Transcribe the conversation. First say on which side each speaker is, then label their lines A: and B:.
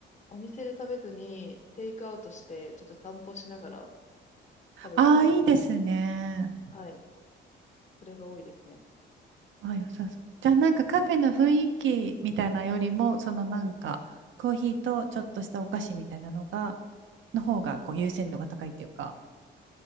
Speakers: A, on the left; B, on the right.
A: お店で食べずにテイクアウトしてちょっと散歩しながら食べたり、
B: ああ、いいですね。
A: はい、それが多いですね。
B: ああ、良さそう。じゃあ、なんかカフェの雰囲気みたいなよりも、そのなんか、コーヒーとちょっとしたお菓子みたいなのが、の方がこう優先度が高いっていうか。